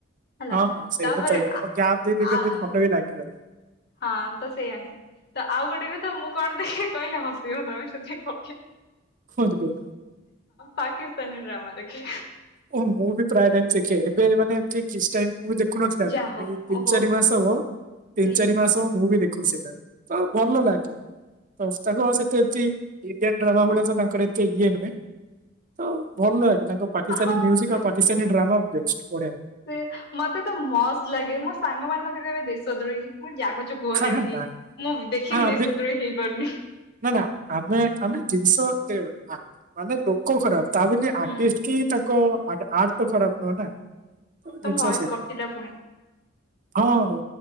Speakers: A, on the left; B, on the right.
A: ହେଲା
B: ହଁ ହଁ ସେଇଟା
A: ତାପରେ
B: ତ ହେଇଯ
A: ଆ
B: ଆଉ ଗ୍ୟାପ ଦେଇ ଦେଇ
A: ଆ
B: ଭଲ ବି ଲାଗିବନି।
A: ହଁ ତ ସେଇୟା ହିଁ ତ ଆଉ ଗୋଟେ କଥା ମୁ କରିଦେବି କହିଲେ ହସିବ ତମେ ସେଥି କ
B: ଖୋଜ କର।
A: ପାକିସ୍ତାନୀ ଡ୍ରାମା ଦେଖେ।
B: ଓ ମୁଁ ବି ପ୍ରାୟ ଟାଇମ ଶିଖେ ଏବେ ମାନେ ଏମତି କିଛି ଟାଇମ୍ ମୁଁ ବି ଦେ ଦେଖୁନଥିଲା ଆଗରୁ
A: ଯାହା ହଉ
B: ଏଇ ତିନି
A: ଓହୋ
B: ଚାରି ମାସ ହବ ତିନି
A: ହୁଁ
B: ଚାରି ମାସ ହ ମୁଁ ବି ଦେ ଖୁଚି ସେଟା ତ ଭଲ ଲାଗେ। ତ ତାଙ୍କ ସେତେ ଏମତି ଇଣ୍ଡିଆନ୍ ଡ୍ରାମା ଭଳିଆ ତ ତାଙ୍କର ଏତେ ଇଏ ନୁହେଁ। ତ ଭଲ ଲାଗେ ତାଙ୍କ ପାକିସ୍ତାନୀ
A: ହଁ
B: ମ୍ୟୁଜିକ ଆଉ ପାକିସ୍ତାନୀ ଡ୍ରାମା ବେଷ୍ଟ ବଢିଆ।
A: ସେ ମତେ ତ ମସ୍ତ ଲାଗେ ମୋ ସାଙ୍ଗ ମାନେ ମତେ ଏବେ ଦେଶ ଦ୍ରୋହୀ ମୁଁ ଜା କହୁଚ କୁହ
B: ହାଁ
A: ଦେଣିକି
B: ହାଁ ନାଇଁ। ହଁ
A: ମୁଁ ଦେଖିକି
B: ଆମେ
A: ଦେଶ ଦ୍ରୋହୀ ହେଇପାରୁନି।
B: ନା ନା ଆମେ ଆମେ ଜିନିଷ ଦେବା ମାନେ ଲୋକ ଖରାପ। ତାବୋଲି
A: ହୁଁ
B: ଆଟିଷ୍ଟ କି ତାଙ୍କ ଆଟ ଆର୍ଟ ତ ଖରାପ ନୁହଁ ନା। ତ
A: ତମ
B: ଜିନିଷ
A: ଭୟସ
B: ସେଇଆ।
A: କଟିଲା ପୁଣି।
B: ହଁ ହଁ